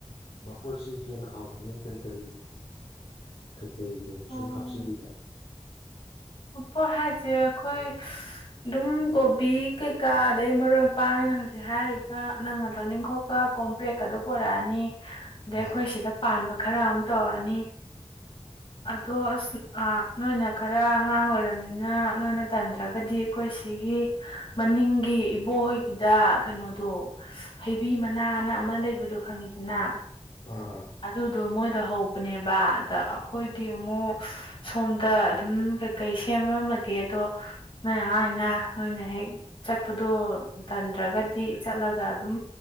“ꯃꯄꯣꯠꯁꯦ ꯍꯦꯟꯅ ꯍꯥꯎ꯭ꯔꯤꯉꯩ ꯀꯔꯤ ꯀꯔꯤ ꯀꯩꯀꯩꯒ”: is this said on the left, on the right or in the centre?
Left